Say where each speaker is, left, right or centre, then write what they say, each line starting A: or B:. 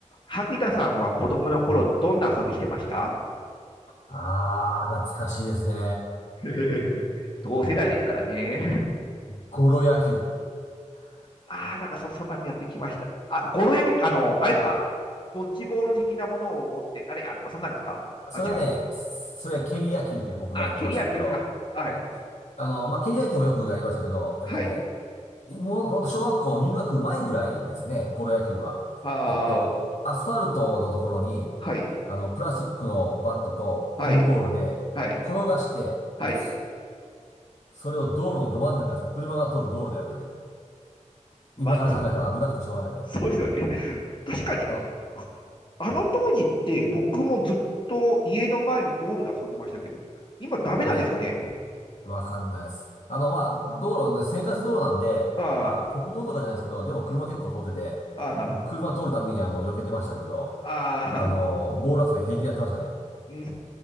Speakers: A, on the left; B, on the left.
A: 萩田さんは子供の頃、
B: うん。あ
A: どんな遊びしてました
B: あ、懐かしいですね。
A: <laughs> 同世代ですからね。
B: ゴロ野球。
A: <laughs> ああ、なんかそ、そんなのやってきました。あ、ゴロ焼き、あの、あれですかドッジボール的なものを持って、あれや、とか、そんなんですかあ、
B: それね、
A: 違う。
B: それは蹴り野球って僕ら言ってましたけど、
A: あ、蹴り野球ですかはい。
B: はい、あの、まあ、蹴り野球もよくやりましたけど、えっとね、
A: はい。
B: もうほんと小学校入学前ぐらいですね、ゴロ野球は。
A: は
B: えっと、
A: ー
B: アスファルトのところに、
A: はい。
B: あの、プラスチックのバットとゴムボールで転がして打つ。
A: はい。はい。はい。
B: それを道路のど真ん中でする。車が通る道路でやるという。
A: まあ、
B: 今から考えたら危なくてしょうがないみたいな。
A: <laughs> そうですよね。確かに、
B: あの、
A: ああの当時って僕もずっと家の前の道路で遊んでましたけど、今ダメなんですかね
B: ねえわかんないです。あの、まあ、道路ね、生活道路なんで、
A: あ
B: まあ、国道とかじゃないですけど、でも車結構通ってて、
A: あ、ああ、
B: うん車通るたびにあの、避けてましたけど、
A: ああ、
B: あの、ボール遊び平気でやってましたね。
A: うん、